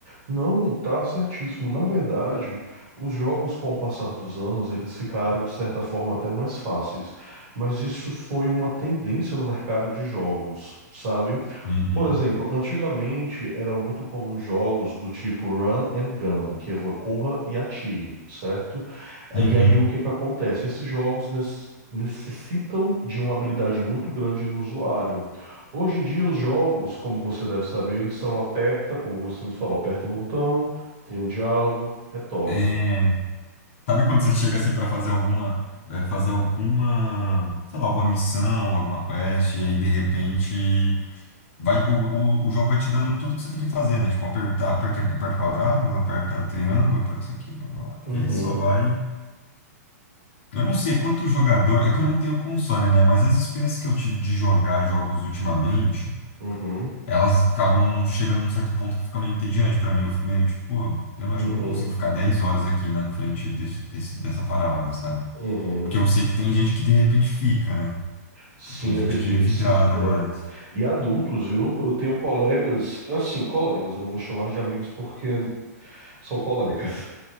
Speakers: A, on the right; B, on the left.
A: Não, tá certíssimo. Na verdade, os jogos, com o passar dos anos, eles ficaram, de certa forma, até mais fáceis. Mas isso foi uma tendência no mercado de jogos, sabe?
B: Uhum,
A: Por exemplo, antigamente era muito comum jogos do tipo Run and Gun, que é vo- corra e atire, certo?
B: uhum.
A: E aí o que que acontece? Esses jogos nes- necessitam de uma habilidade muito grande do usuário. Hoje em dia os jogos, como você deve saber, eles são aperta, como você nos falou, aperta o botão, tem um diálogo, retorna.
B: É, sabe quando você chega assim para fazer alguma, é, fazer alguma, sei lá, alguma missão, alguma quest, e aí de repente vai, o, o, o jogo vai te dando tudo que você tem que fazer, né? Tipo, apertar, aperta, aperta quadrado, aperta triângulo, aperta isso aqui, blá, blá, blá.
A: Uhum,
B: E aí só vai. Eu não sei quanto jogador, é que eu não tenho console, né? Mas as experiências que eu tive de jogar jogos ultimamente.
A: uhum,
B: elas acabam chegando num certo ponto que fica meio entediante pra mim. Eu fico meio tipo, pô, eu não
A: uhum,
B: acho que eu não consigo ficar 10 horas aqui na frente desse, desse- dessa parada, sabe?
A: uhum.
B: Porque eu sei que tem gente que de repente fica, né?
A: Sim,
B: Tipo, Tem gente
A: acredite,
B: que é vidrada
A: se quiser.
B: mais.
A: E adultos, viu? Eu tenho colegas, assim, colegas, eu não vou chamar de amigos porque são colegas.